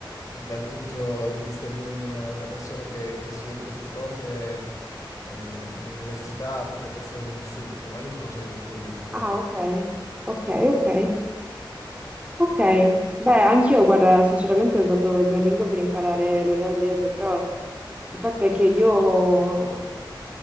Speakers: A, on the left; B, on the right.
A: dal punto di vista di un- una persona che, che ha studiato queste cose in, in università potrebbe essere un insulto, ma io sto usando Duolingo.
B: Ah, ok, ok, ok, ok. Beh, anch'io, guarda, sinceramente ho usato Duolingo per imparare l'olandese, però il fatto è che io ho